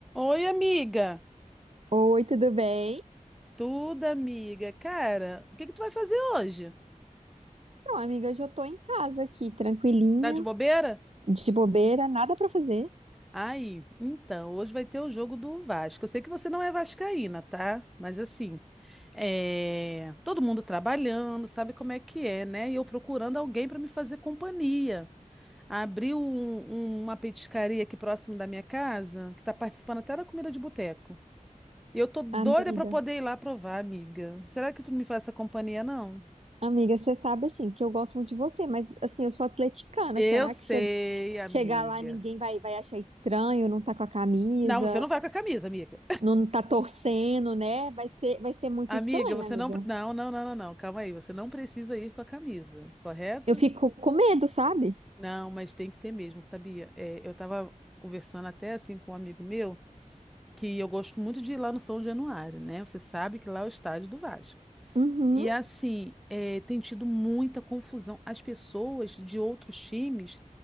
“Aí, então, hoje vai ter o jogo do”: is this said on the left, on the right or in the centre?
Centre